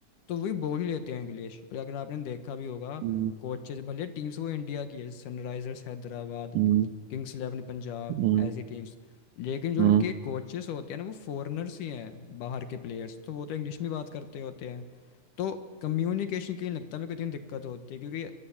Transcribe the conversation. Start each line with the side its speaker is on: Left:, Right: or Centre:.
Left: तो वो भी बोल ही लेते हैं इंग्लिश और अगर आपने देखा भी होगा
Right: हम्म,
Left: कोचेज भले टीम्स वो इंडिया की है Sunrisers Hyderabad
Right: हम्म,
Left: Kings Eleven Punjab
Right: हम्म,
Left: ऐसी टीम्स लेकिन जो
Right: हम्म,
Left: उनके कोचेस होते हैं ना वो फॉरेनर्स ही हैं बाहर के प्लेयर्स तो वो तो इंग्लिश में बात करते होते हैं तो कम्युनिकेशन के लिए लगता है मेरे को इतनी दिक्कत होती है क्योंकि